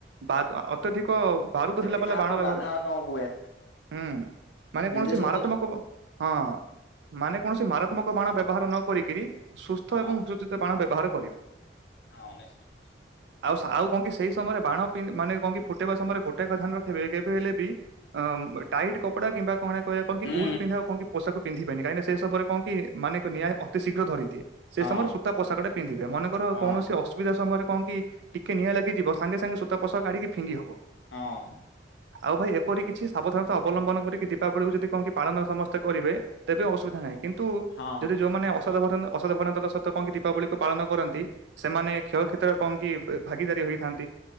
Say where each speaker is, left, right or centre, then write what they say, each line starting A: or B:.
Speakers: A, on the right (about 70°); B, on the left (about 90°).
A: ବା ଅତ୍ୟଧିକ ବାରୁଦ
B: ଯେମିତି
A: ଥିଲା ବାଲା
B: କାହାକୁ
A: ବାଣ ବ୍ୟବହାର
B: ବାଧା ନ ହୁଏ
A: ହୁଁ ମାନେ କୌଣସି
B: ନିଜେ ସତୁର
A: ମାର ହଁ ମାନେ କୌଣସି ମାରାତ୍ମକ ବାଣ ବ୍ୟବହାର ନ କରି କିରି ସୁସ୍ଥ
B: ହଁ
A: ଏବଂ ସଜିତ ବାଣ ବ୍ୟବହାର କରିବେ।
B: ହଁ ନିଶ୍ଚୟ ନିଶ୍ଚୟ।
A: ଆଉ ଆଉ କଣ କି ସେଇ ସମୟରେ ବାଣ ମାନେ କଣ କି ଫୁଟେଇବା ସମୟରେ ଗୋଟେ କଥା ଧ୍ୟାନ ରଖବେ କେବେ ହେଲେ ବି ଅ ଟାଇଟ୍ କପଡା କିମ୍ବା କଣ କହିବା କଣ କି
B: ହୁଁ
A: ଉଲ ପିନ୍ଧା କଣ କି ପୋଷାକ ପିନ୍ଧିବେନ କାହିଁକି ସେ ସବରେ କଣ କି ମାନେ ନିଆଁ ଅତି ଶୀଘ୍ର ଧରିଦିଏ। ସେ
B: ହଁ
A: ସମୟରେ ସୂତା ପୋଷାକ ଟା ପିନ୍ଧିବେ ମନେକର
B: ହଁ
A: କୌଣସି ଅସୁବିଧା ସମୟରେ କଣ କି ଟିକେ ନିଆଁ ଲାଗିଯିବ ସାଙ୍ଗେ ସାଙ୍ଗେ ସୂତା ପୋଷାକ କାଢିକି ଫିଙ୍ଗି ହବ।
B: ହଁ।
A: ଆଉ ଭାଇ ଏପରି କିଛି ସାବଧାନତା ଅବଲମ୍ବନ କରିକି ଦୀପାବଳିକୁୁ ଯଦି କଣ କି ପାଳନ ସମସ୍ତେ କରିବେ ତେବେ ଅସୁବିଧା ନାହିଁ କିନ୍ତୁ
B: ହଁ
A: ଯଦି ଯୋଉମାନେ ଅସାବଧାନ ଅସାବଧାନତା ତ ସତ କଣକି ଦୀପାବଳିକୁ ପାଳନ କରନ୍ତି। ସେମାନେ କ୍ଷୟ କ୍ଷତିର କଣ କି ଭାଗିଦାରୀ ହେଇଥାନ୍ତି।